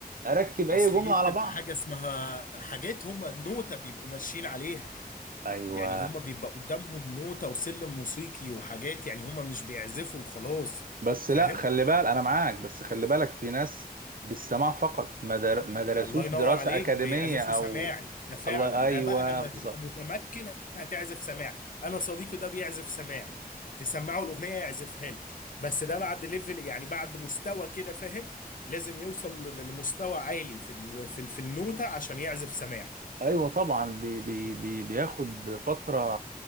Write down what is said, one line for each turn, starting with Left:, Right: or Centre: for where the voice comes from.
Right: اركب اي
Left: اصل
Right: جمله
Left: دي بتبقى
Right: على بعض
Left: حاجه اسمها حاجات هم نوتة بيبقوا ماشيين عليها
Right: ايوه
Left: يعني هم بيبقى قدامهم نوتة وسلم موسيقي وحاجات يعني هم مش بيعزفوا وخلاص
Right: بس
Left: فاهم
Right: لا خلي بالك انا معاك بس خلي بالك في ناس بالسماع فقط ما در... ما درسوش
Left: الله ينور
Right: دراسة
Left: عليك
Right: أكاديمية
Left: بيعزفوا
Right: او
Left: سماعي ده فعلا
Right: الله ايوه
Left: ده بقى لما
Right: بالظبط
Left: تبقى متمكن هتعزف سماعي انا صديقي ده بيعزف سماعي تسمعه الاغنيه يعزفها لك بس ده بعد ليفل يعني بعد مستوى كده فاهم لازم يوصل ل- لمستوى عالي في ال في ال في النوتة عشان يعزف سماعي
Right: ايوه طبعا بي... بي... بي... بياخد فترة